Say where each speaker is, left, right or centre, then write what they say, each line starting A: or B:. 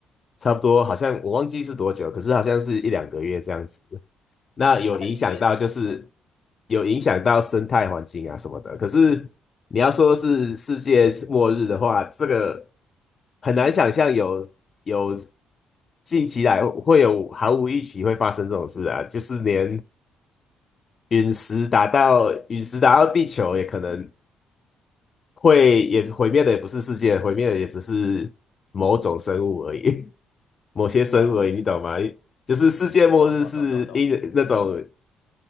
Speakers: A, on the left; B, on the left.
A: 差不多好像我忘记是多久，可是好像是一两个月这样子。那有影响到就是
B: 啊那个预言是，哎
A: 有影响到生态环境啊什么的。可是你要说是世界末日的话，这个很难想象有有近期来会有毫无预期会发生这种事啊，就是连陨石打到陨石打到地球也可能会也毁灭的也不是世界，毁灭的也只是某种生物而已，<laughs> 某些生物而已，
B: 啊、呃，
A: 你懂吗？就是世界末日是因那种。
B: 懂懂懂懂懂，